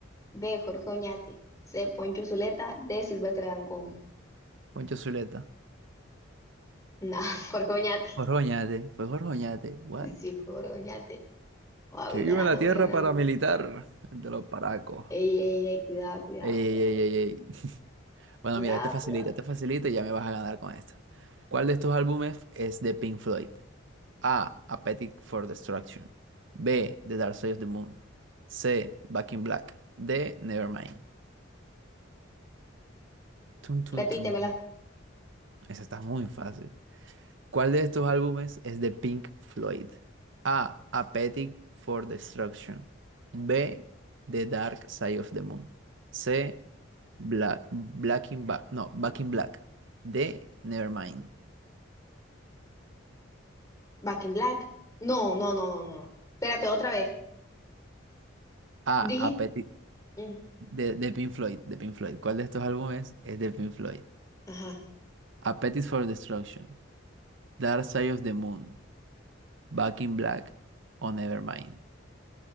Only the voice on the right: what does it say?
Poncho Zuleta,
Jorjoñate, fue Jorjoñate, what?
Que viva
la tierra
paramilitar de los paracos.
Ey, ey,
ey, ey, ey. <laughs> Bueno,
mira, esta facilita,
esta facilita y ya me vas a ganar con esta. ¿Cuál de estos álbumes es de Pink Floyd? A. Appetite for Destruction. B. The Dark Side of the Moon. C. Back in Black. D. Nevermind. Tun, tun,
tun. Esa está muy fácil. ¿Cuál de estos álbumes es de Pink Floyd? A. Appetite for Destruction. B. The Dark Side of the Moon. C. Black, Black in Ba- no, Back in Black. D. Nevermind.
Ah,
Appetite
de, de Pink Floyd, de Pink Floyd. ¿Cuál de estos álbumes es de Pink Floyd?
Appetite for Destruction, Dark Side of the Moon, Back in Black o Nevermind.